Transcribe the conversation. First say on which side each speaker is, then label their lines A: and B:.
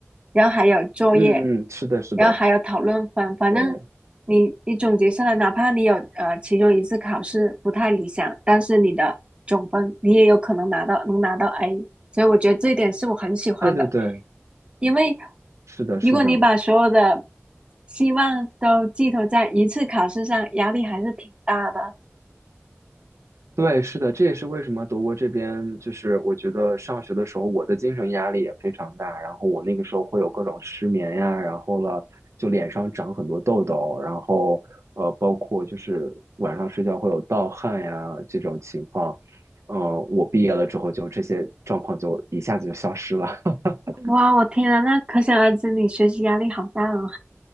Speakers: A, on the right; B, on the right.
A: 然后还有作业，
B: 嗯嗯，是的，是的，
A: 然后还有讨论分，反正你你总结下来，
B: 对，
A: 哪怕你有呃其中一次考试不太理想，但是你的总分你也有可能拿到能拿到 A，所以我觉得这一点是我很喜欢的，
B: 对对对，
A: 因为
B: 是的，
A: 如果你把所有的
B: 是的，
A: 希望都寄托在一次考试上，压力还是挺大的。
B: 对，是的，这也是为什么德国这边就是我觉得上学的时候我的精神压力也非常大，然后我那个时候会有各种失眠呀，然后了就脸上长很多痘痘，然后呃包括就是晚上睡觉会有盗汗呀这种情况，嗯、我毕业了之后就这些状况就一下子就消失了，<laughs>
A: 哇，我天啊，那可想而知你学习压力好大哦。